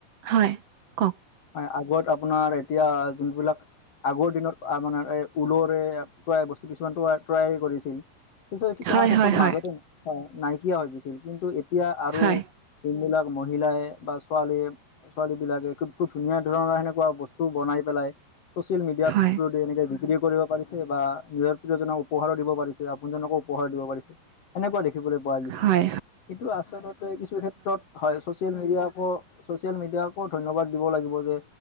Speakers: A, on the right; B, on the left.
A: হয়, কওক।
B: হয় আগত আপোনাৰ এতিয়া যোনবিলাক আগৰ দিনত অপোনাৰ ঊলৰে ট্ৰাই বস্তু কিছুমান ট ট্ৰাই কৰিছিল। কিছু-কিছুমান
A: হয়,
B: ক্ষেত্ৰত
A: হয়, হয়,
B: মাজতে নাই-নাইকিয়া হৈ গৈছিল, কিন্তু এতিয়া আৰু
A: হয়,
B: যোনবিলাক মহিলাই বা ছোৱালীয়ে ছোৱালীবিলাকে খুব, খুব ধুনীয়া ধৰণৰ সেনেকুৱা বস্তু বনাই পেলাই, ছচিয়েল মিডিয়া
A: হয়,
B: থ্ৰু দি এনেকে বিক্ৰী কৰিব পাৰিছে বা নিজৰ প্ৰিয়জনক উপহাৰো দিব পাৰিছে আপোনজনকো উপহাৰ দিব পাৰিছে। এনেকুৱা দেখিবলৈ পোৱা গৈছে।
A: হয়, হয়,
B: কিন্তু আচলতে কিছু ক্ষেত্ৰত হয় ছচিয়েল মিডিয়াকো, ছচিয়েল মিডিয়াকো ধন্যবাদ দিব লাগিব যে